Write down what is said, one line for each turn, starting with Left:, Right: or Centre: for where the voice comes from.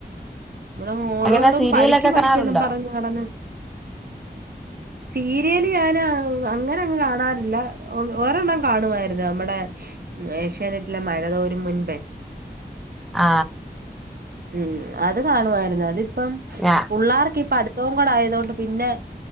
Right: ഇമ്മടെ മോളോടും
Centre: അങ്ങനെ സീരിയലൊക്കെ
Right: പഠിക്കും
Centre: കാണാറുണ്ടോ
Right: പഠിക്കന്നും പറഞ്ഞു നട സീരിയല് ഞാാന് അങ്ങനെ അങ്ങ് കാണാറില്ല ഒരെണ്ണം കാണുവായിരുന്നു നമ്മടെ ഏഷ്യാനെറ്റിലെ മഴ തോരും മുൻപേ
Centre: ആ
Right: ഉം, അത് കാണുവായിരുന്നു അതിപ്പം
Centre: ഞാ
Right: പു ള്ളാർക്ക് ഈ പാട്ട പുസ്തകവും കൂടെ ആയതൊണ്ട് പിന്നെ